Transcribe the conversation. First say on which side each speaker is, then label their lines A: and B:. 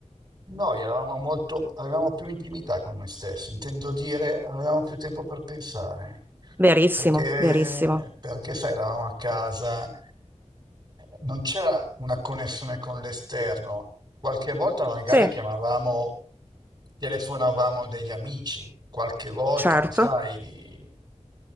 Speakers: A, on the right; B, on the right.
A: noi eravamo molto, avevamo più intimità con noi stessi, intendo dire, avevamo più tempo per pensare.
B: verissimo,
A: Perché,
B: verissimo.
A: perché sai, eravamo a casa, non c'era una connessione con l'esterno. Qualche volta magari
B: Sì,
A: chiamavamo, telefonavamo degli amici, qualche volta,
B: certo.
A: non sai,